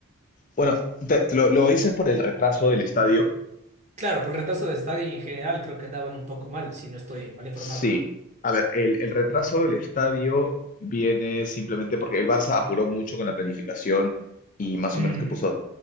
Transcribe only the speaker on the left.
Bueno, te- lo, lo dices por el retraso del estadio,
Sí, a ver, el, el retraso del estadio viene simplemente porque el Barça apuró mucho con la planificación y más
o menos que puso,